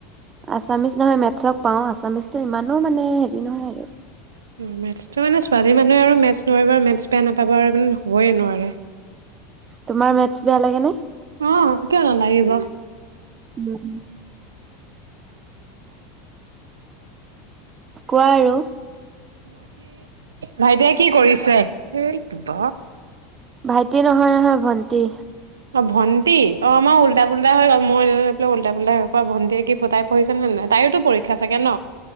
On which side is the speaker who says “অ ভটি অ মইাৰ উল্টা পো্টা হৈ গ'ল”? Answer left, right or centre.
Right